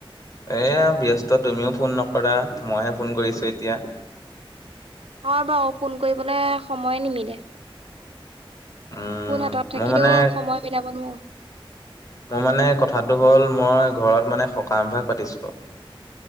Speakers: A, on the left; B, on the right.
A: এইয়া ব্যস্ত তুমিও ফোন নকৰা, মইহে ফোন কৰিছো এতিয়া।
B: হয় বাও ফোন কৰিবলে সময়ে নিমিলে।
A: উম,
B: ফোন হাতত থাকিলেও
A: মোৰ মানে
B: সময় মিলাব নোৱাওঁ।
A: মোৰ মানে কথাটো হ'ল, মই ঘৰত মানে সকামভাগ পাতিছোঁ।